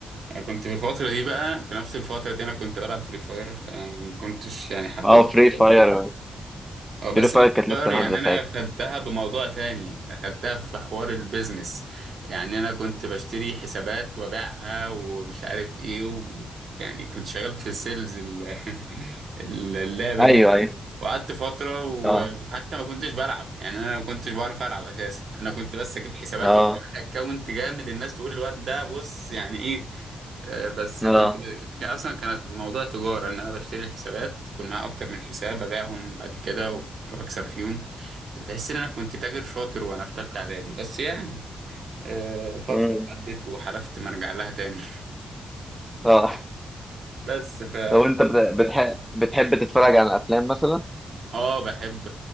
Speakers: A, on the right; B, in the centre.
A: أنا كنت في الفترة دي بقى في نفس الفترة دي أنا كنت بلعب فري فاير أنا ما كنتش يعني حبيت
B: اه فري
A: قد
B: فاير
A: كده اه بس
B: فري فاير
A: انا
B: كانت
A: صغير
B: لسه
A: يعني
B: نازله ساعتها
A: انا خدتها بموضوع تاني خدتها في حوار البيزنس يعني انا كنت بشتري حسابات وابيعها ومش عارف ايه و... يعني كنت شغال في سيلز ال... <laughs> اللعبة
B: ايوه
A: دي
B: ايوه
A: وقعدت فترة وحتى
B: اه
A: ما كنتش بلعب يعني أنا ما كنتش بعرف ألعب أساسا أنا كنت بس أجيب حسابات
B: اه
A: وأكونت جامد الناس تقول الواد ده بص يعني إيه آه، بس
B: اه
A: كنت كان أصلا كانت موضوع تجارة إن أنا بشتري الحسابات يكون معايا أكتر من حساب أبيعهم بعد كده وأكسب فيهم تحس إن أنا كنت تاجر شاطر وأنا في تالتة إعدادي بس يعني آه، فترة
B: مم.
A: عدت وحلفت ما أرجع لها تاني
B: اه
A: <laughs> بس ف
B: لو انت بتحب بتحب تتفرج على افلام مثلا
A: اه بحب